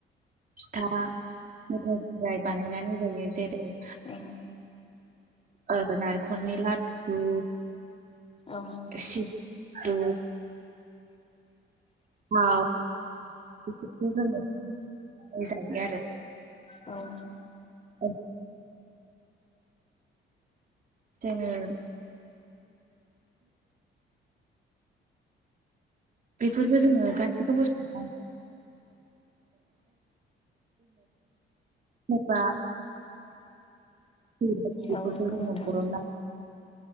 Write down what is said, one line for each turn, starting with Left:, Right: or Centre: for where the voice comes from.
Right: फिथा मेथाइनिफ्राय बानायनानै जायो जेरै
Left: औ
Right: ओ नारेंखलनि लादु
Left: औ
Right: सिदु थाव बेफोरखौ जोङो बानायनानै जायो आरो
Left: औ
Right: औ जोङो बेफोरफोरखौ जोङो गाससिबो बुस्थु जेनबा जेनेबा बेफोरखौ
Left: औ नंगौ
Right: जोङो
Left: नोंथां
Right: बर'ना